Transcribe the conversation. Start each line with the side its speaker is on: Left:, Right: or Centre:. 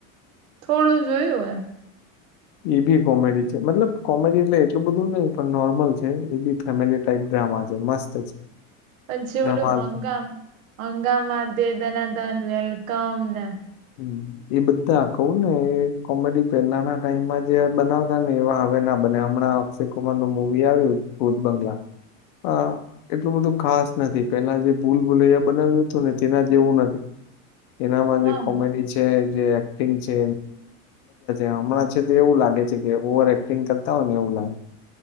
Right: થોડું જોયું હ.
Left: એ બી કોમેડી છે મતલબ કોમેડી એટલે એટલું બધું નહી પણ નોર્મલ છે એ બી. ફેમિલી ટાઈપ ડ્રામા છે મસ્ત છે.
Right: પણ છેવલું
Left: ધમાલ
Right: હંગામ હંગામાં દે દનાદન વેલકમ ને.
Left: હમ. એ બધા કહું ને એ કોમેડી પેલાના ટાઈમમાં જે બનાવતા ને એવા હ ના બને હમણાં અક્ષય કુમારનું મુવી આવ્યું ભૂત બંગલા અ એટલું બધું ખાસ નથી પેલા જે ભૂલ ભૂલૈયા બનાવ્યું હતું ને તેના જે એવું નથી. એનામાં
Right: હા
Left: જે મજા છે હમણાં છે તો એવું લાગે છે કે ઓવ <unintelligible> એકટિંગ કરતા હોય એવું લાગે.